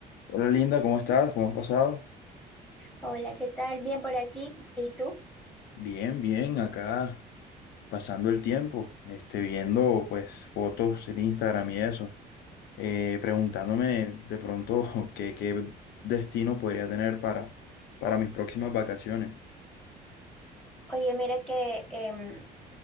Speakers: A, on the left (about 75°); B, in the centre.
A: Hola Linda, ¿cómo estás? ¿Cómo has pasado?
B: Hola, ¿qué tal? Bien por aquí. ¿Y tú?
A: Bien, bien, acá pasando el tiempo, este, viendo pues fotos en Instagram y eso, Eh, preguntándome de pronto <laughs> qué, qué destino podría tener para, para mis próximas vacaciones.
B: Oye, mira que, em,